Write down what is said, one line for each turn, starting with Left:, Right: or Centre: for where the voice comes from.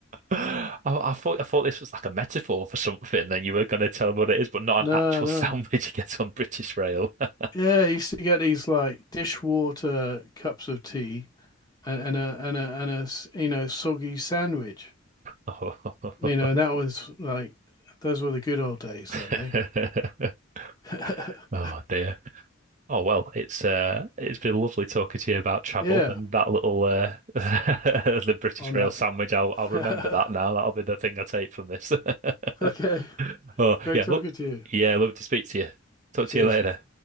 Right: I thought I thought this was like a metaphor for something, and you were going to tell me what it is, but not
Left: No,
Right: an actual
Left: no.
Right: <laughs> sandwich you get on British Rail. <laughs>
Left: Yeah, I used to get these like dishwater cups of tea and, and a and a and a s- you know soggy sandwich.
Right: Oh,
Left: You know, and that was like those were the good old days,
Right: <laughs>
Left: though, eh?
Right: oh dear. Oh well, it's uh, it's been lovely talking to you about travel
Left: <laughs>
Right: and
Left: yeah,
Right: that little uh, <laughs> the British
Left: on
Right: Rail
Left: that.
Right: sandwich. I'll I'll remember
Left: <laughs>
Right: that now. That'll be the thing I take from this. <laughs>
Left: okay,
Right: Oh
Left: great
Right: yeah,
Left: talking
Right: look,
Left: to you.
Right: yeah, love to speak to you. Talk
Left: Cheers.
Right: to you later.